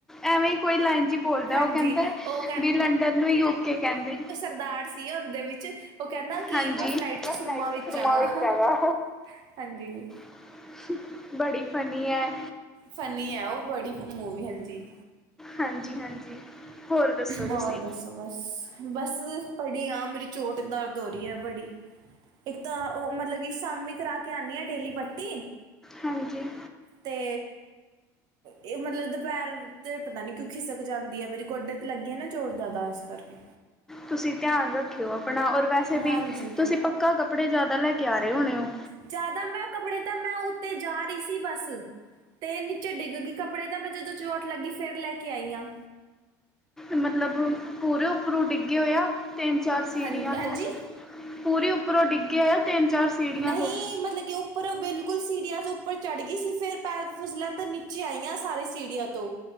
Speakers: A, in the centre; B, on the right (about 55°).
A: ਐਵੇਂ ਹੀ ਕੋਈ ਲਾਈਨ ਜਿਹੀ ਬੋਲਦਾ
B: ਹਾਂਜੀ
A: ਉਹ ਕਹਿੰਦਾ
B: ਉਹ
A: ਲੰਡਨ ਨੂੰ ਯੂਕੇ ਕਹਿੰਦੇ।
B: ਕਿਰਦਾਰ ਸੀ ਉਹਦੇ ਵਿੱਚ ਉਹ ਕਹਿੰਦਾ ਕਿ
A: ਹਾਂਜੀ
B: ਮੈਂ ਫਲਾਈਟ 'ਚ ਸੁਰਮਾ ਵੇਚਾਗਾ
A: ਫਿਲਮਾਂ ਵਿੱਚ ਹੈਗਾ
B: <inaudible> ਹਾਂਜੀ।
A: <inaudible> ਬੜੀ ਫਨੀ ਹੈ।
B: ਫੰਨੀ ਹੈ ਉਹ ਬੜੀ ਮੂਵੀ ਹਾਂਜੀ।
A: ਹਾਂਜੀ- ਹਾਂਜੀ ਹੋਰ ਦੱਸੋ ਤੁਸੀਂ
B: ਹੋਰ ਦੱਸੋ ਬਸ- ਬਸ ਪੜ੍ਹੀ ਆਂ ਮੇਰੀ ਚੋਟ ਦਰਦ ਹੋ ਰਹੀ ਹੈ ਬੜੀ ਇੱਕ ਤਾਂ ਉਹ ਮਤਲਬ ਸ਼ਾਮੀਂ ਕਰਾ ਕੇ ਆਉਣੀ ਆਂ ਡੇਲੀ ਪੱਟੀ
A: ਹਾਂਜੀ
B: ਤੇ ਇਹ ਮਤਲਬ ਦੁਪਹਿਰ ਤੇ ਪਤਾ ਨੀ ਕਿਉਂ ਖਿਸਕ ਜਾਂਦੀ ਹੈ ਮੇਰੀ ਗੋਡ ਲੱਗੀ ਨਾ ਚੋਟ ਜ਼ਿਆਦਾ ਇਸ ਕਰਕੇ
A: ਤੁਸੀਂ ਧਿਆਨ ਰੱਖਿਓ ਆਪਣਾ ਔਰ ਵੈਸੇ
B: ਹਾਂਜੀ
A: ਵੀ ਤੁਸੀਂ ਪੱਕਾ ਕੱਪੜੇ ਜਿਆਦਾ ਲੈ ਕੇ ਆ ਰਹੇ ਹੋਣੇ ਹੋ।
B: ਜ਼ਿਆਦਾ ਮੈਂ ਕੱਪੜੇ ਤਾਂ ਮੈਂ ਉੱਤੇ ਜਾ ਰਹੀ ਸੀ ਬਸ ਤੇ ਨੀਚੇ ਡਿੱਗ ਗਈ ਕੱਪੜੇ ਤਾਂ ਮੈਂ ਜਦੋਂ ਚੋਟ ਲੱਗੀ ਫੇਰ ਲੈ ਕੇ ਆਈ ਆਂ।
A: ਮਤਲਬ ਪੂਰੇ ਉੱਪਰੋਂ ਡਿੱਗੇ ਹੋਏਆ ਤਿੰਨ ਚਾਰ ਸ ਸੀੜੀਆਂ
B: ਹਾਂ ਹਾਂਜੀ
A: ਤੋਂ ਪੂਰੀ ਉੱਪਰੋਂ ਡਿੱਗਿਆ ਆ ਤਿੰਨ ਚਾਰ ਸੀੜੀਆਂ
B: ਨਹੀਂ
A: ਤੋਂ
B: ਮਤਲਬ ਕਿ ਉਹ ਪਰ ਉਹ ਬਿਲਕੁਲ ਸੀੜੀਆਂ ਤੋਂਚ ਉੱਪਰ ਚੜ੍ਹ ਗਈ ਸੀ ਫਿਰ ਪੈਰ ਫਸਲਾਂ ਤਾਂ ਨੀਚੇ ਆਈਆਂ ਸਾਰੀ ਸੀੜੀਆਂ ਤੋਂ